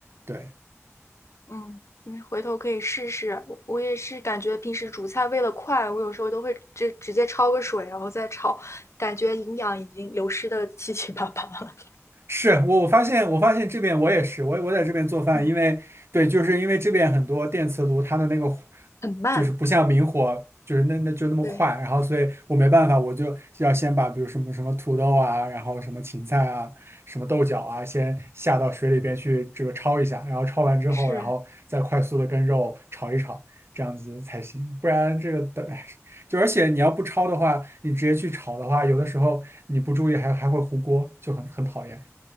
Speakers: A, on the right; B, on the left.
A: 对。
B: 嗯，你回头可以试试。我我也是感觉平时煮菜为了快，我有时候都会直直接焯个水，然后再炒，感觉营养已经流失的七七八八了
A: 是我我发现我发现这边我也是我我在这边做饭，
B: <laughs>，嗯，
A: 因为对，就是因为这边很多电磁炉它的那个火
B: 很慢。
A: 就是不像明火，就是那那就那么快，
B: 对，
A: 然后所以我没办法，我就要先把比如什么什么土豆啊，然后什么芹菜啊，什么豆角啊，先下到水里边去这个焯一下，然后焯完之后，
B: 是，
A: 然后再快速的跟肉炒一炒，这样子才行，不然这个等。哎就而且你要不焯的话，你直接去炒的话，有的时候你不注意还还会糊锅，就很很讨厌。